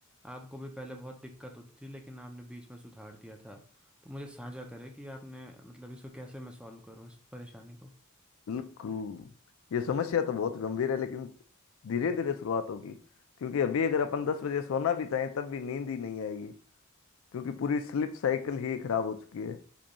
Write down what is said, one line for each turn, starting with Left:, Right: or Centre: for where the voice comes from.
Centre: आपको भी पहले बहुत दिक्कत होती थी लेकिन आपने बीच में सुधार दिया था तो मुझे साझा करें कि आपने मतलब इसको कैसे मैं सॉल्व करूँ इस परेशानी को
Left: बिल्कुल ये समस्या तो बहुत गंभीर है लेकिन धीरे धीरे शुरुआत होगी क्योंकि अभी अगर अपन दस बजे सोना भी चाहें तब भी नींद ही नहीं आएगी क्योंकि पूरी स्लीप साइकिल ही खराब हो चुकी है